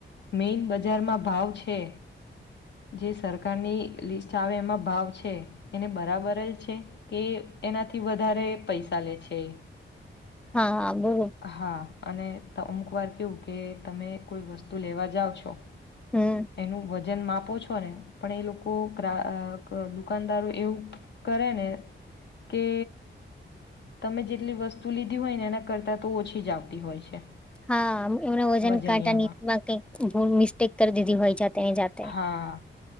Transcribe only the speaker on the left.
મેઈન બજારમાં ભાવ છે. જે સરકારની લિસ્ટ આવે એમાં ભાવ છે, એને બરાબર જ છે. કે એનાથી વધારે પૈસા લે છે.
હા અને અમુક વાર કેવું કે તમે કોઈ વસ્તુ લેવા જાઓ છો
એનું વજ જન માપો છો ને પણ એ લોકો પ્રા અ અ દુકાનદારો એવું કરે ને કે, તમે જેટલી વસ્તુ લીધી હોય ને એના કરતા તો ઓછી જ આવતી હોય છે.
વજનિયામાં.
હા.